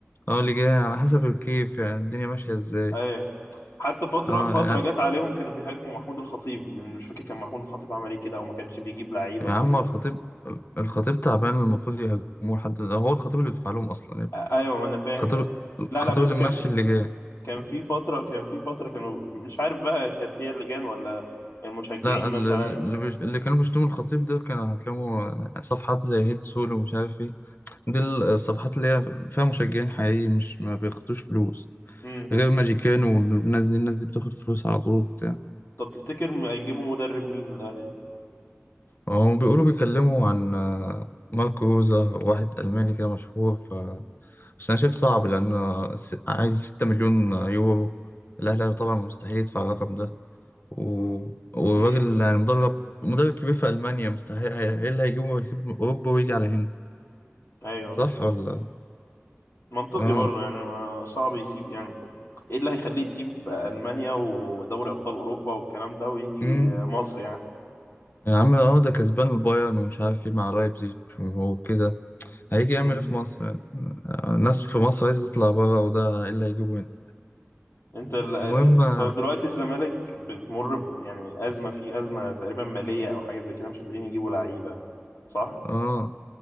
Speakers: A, on the left; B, on the left.
A: اه اللي جاي على حسب الكيف يعني الدنيا ماشية ازاي
B: آه، حتى فتره
A: اه
B: فتره
A: يعني
B: جت عليهم كانوا بيهاجموا محمود الخطيب لان مش فاكر كان محمود الخطيب عمل ايه كده او ما كانش بيجيب لعيبه
A: يا
B: او
A: عم
B: حاجه زي
A: الخطيب الخطيب تعبان المفروض يهاجموه حد هو الخطيب اللي بيدفع لهم أصلا يعني
B: آه، ايوه ما انا فاهم
A: الخطيب
B: بقى
A: الخطيب
B: لا لا بس
A: اللي
B: كانت
A: ماشي اللي جاي
B: كان في فترة كان في فترة كانوا مش عارف بقى كانت هي اللجان ولا المشجعين
A: لا ال-
B: مثلا
A: ال- اللي, بيش... اللي كانوا بيشتموا الخطيب ده كانوا هتلاقوا صفحات زي هيد سول ومش عارف ايه دي الصفحات اللي هي فيها مشجعين حقيقيين مش ما بياخدوش فلوس
B: امم
A: غير ماجيكان والناس دي الناس دي بتاخد فلوس على طول وبتاع
B: طب تفتكر هيجيبوا مدرب مين للأهلي؟
A: هم بيقولوا بيكلموا عن آه، ماركو روزا واحد ألماني كده مشهور ف... بس أنا شايف صعب لأن آه، س- عايز 6 مليون يورو الأهلي طبعا مستحيل يدفع الرقم ده و... والراجل
B: امم
A: يعني مدرب مدرب كبير في ألمانيا مستحيل هي- ايه اللي هيجيبه ويسيب من أوروبا ويجي على هنا
B: ايوه
A: صح ولا
B: منطقي
A: اه
B: برضه يعني ما صعب يسيب يعني ايه اللي هيخليه يسيب ألمانيا ودوري أبطال أوروبا والكلام ده ويجي
A: امم
B: مصر يعني
A: يا عم اه ده كسبان البايرن ومش عارف ايه مع لايبزيج وكده هيجي يعمل
B: امم
A: ايه في مصر يعني آه، الناس في مصر عايزة تطلع بره وده ايه اللي هيجيبه هنا
B: انت ال-
A: المهم
B: طب دلوقتي الزمالك بتمر ب- يعني أزمة فيه أزمة تقريبا مالية أو حاجة زي كده مش قادرين يجيبوا لعيبة صح؟
A: اه